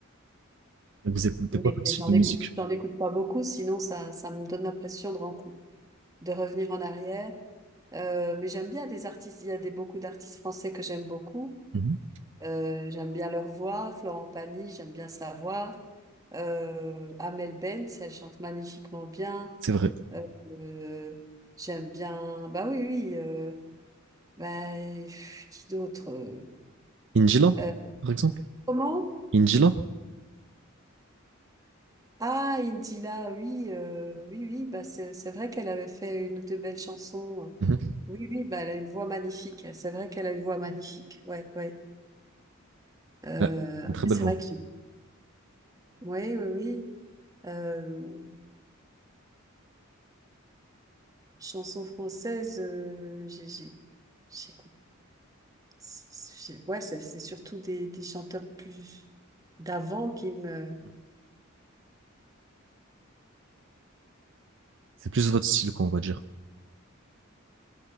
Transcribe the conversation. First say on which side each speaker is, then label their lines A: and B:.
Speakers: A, on the right (about 60°); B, on the right (about 15°).
A: Vous écoutez
B: mais
A: quoi comme style
B: j'en
A: de musique?
B: écoute, j'en écoute pas beaucoup. Sinon, ça, ça me donne l'impression de, ren- de revenir en arrière. Euh, mais j'aime bien des artistes. Il y a des, beaucoup d'artistes français que j'aime beaucoup.
A: Mhm.
B: Euh, j'aime bien leur voix. Florent Pagny, j'aime bien sa voix. Euh, Amel Bent, elle chante magnifiquement bien.
A: C'est vrai.
B: Euh, euh, j'aime bien. Bah oui, oui. euh, bah, pff, qui d'autre? euh,
A: Injila,
B: euh,
A: par exemple?
B: comment?
A: Injila?
B: Ah, Indila, oui, euh, oui, oui. Bah c'est c'est vrai qu'elle avait fait une ou deux belles chansons.
A: Mhm.
B: Oui, oui. Bah elle a une voix magnifique. C'est vrai qu'elle a une voix magnifique. Ouais, ouais. Euh,
A: Elle a une très
B: c'est
A: belle voix.
B: vrai que Oui, oui, oui. Euh, chansons françaises, euh, j'ai- j'ai- j'écoute. c'est- j'ai- Ouais, c'est c'est surtout des, des chanteurs plus d'avant qui me
A: Mhm. C'est plus votre style, quoi, on va dire.